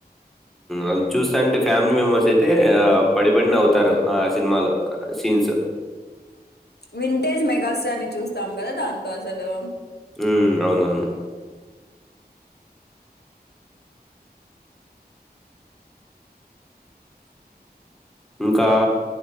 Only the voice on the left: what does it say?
వింటేజ్ మెగాస్టార్ ని చూస్తాం కదా దాంతో అసలు